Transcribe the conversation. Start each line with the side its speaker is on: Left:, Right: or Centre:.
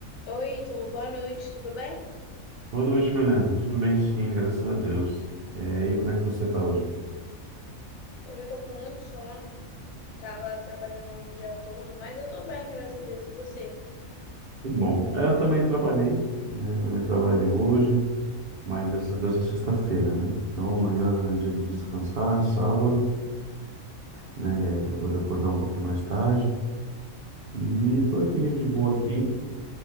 Left: Oi, Ítalo, boa noite, tudo bem?
Right: Boa noite, Milena. Tudo bem, sim, graças a Deus. É, e como é que você está hoje?
Left: Hoje eu tô com muito sono. Tava trabalhando hoje o dia todo, mas eu tô bem, graças a Deus. E você?
Right: Que bom. É, Eu também trabalhei, né? Eu também trabalhei hoje, mas graças a Deus é sexta-feira, né? Então amanhã é dia de descansar, é sábado, né? Vou acordar um pouquinho mais tarde. E tô aqui de boa
Left: Sim.
Right: aqui,